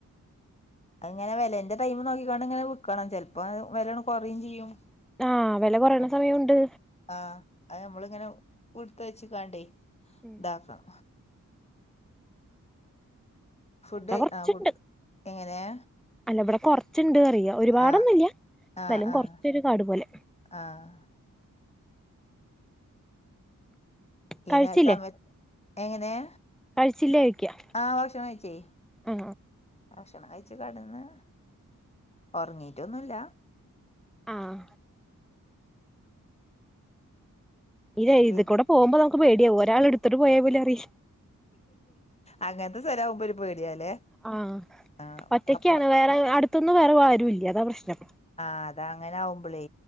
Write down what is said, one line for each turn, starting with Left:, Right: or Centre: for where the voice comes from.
Left: അഅ്ങ്ങനെ വെലന്റെ ടൈം നോക്കിക്കാണ്ട് ഇങ്ങനെ ക്കണം ചെലപ്പം വെലകള് കൊറയും ചെയ്യും
Centre: ആ വില കുറയണ
Left: ആഹ്
Centre: സമയമുണ്ട്
Left: ആ അഹ് നമ്മളിങ്ങനെ ഉട്തെച്ച് കാണ്ടേ
Centre: ഉം
Left: ഇതാക്കാം. ഫുഡ്
Centre: ഇവിടെ കൊറച്ചുണ്ട്
Left: ആ ഫുഡ് എങ്ങനെയ?
Centre: അല്ല ഇവ്ടെ കൊർച്ച്ണ്ട് അറിയാം. ഒരുപാടൊന്നുംഇല്ല്യ
Left: ആഹ് ആഹ്
Centre: ന്താലും
Left: ആഹ്
Centre: കൊർച്ചൊരു കാട് പോലെ.
Left: ആഹ് ഇതെ
Centre: കഴിച്ചില്ലേ
Left: സമ എങ്ങന്യാ.
Centre: കഴിച്ചില്ലേ ചോയ്ക്ക
Left: ആഹ് ഭക്ഷണംകയ്ച്ചേ.
Centre: ആ
Left: ഭക്ഷണം കയ്ച്ച് കെട്ന്ന് ഉറങ്ങീട്ടൊന്നുല്ല.
Centre: ആഹ്. ഇതേ
Left: പി
Centre: ഇത് കൂടെ പോവുമ്പോ നമക്ക് പേട്യാവും ഒരാളെട്ത്ത്ട്ട് പോയൽ പോലും അറി
Left: അങ്ങൻത്തെ സ്ഥലാവുമ്പോ ഒരു പേട്യാലേ
Centre: ആ
Left: ആ
Centre: ഒറ്റക്കാണ്
Left: അപ്പൊ
Centre: വേറെ അട് ത്തുംന്നുംവരെ ആരുല്യ അതാ പ്രശ്നം.
Left: ആ അതാ അങ്ങനാവുമ്പളേ